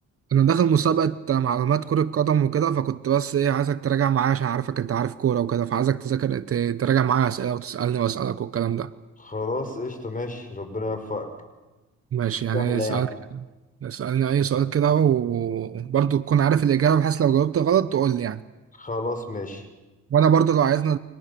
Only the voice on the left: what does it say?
خلاص قشطة ماشي ربنا يوفقك
سهلة
يعني
خلاص ماشي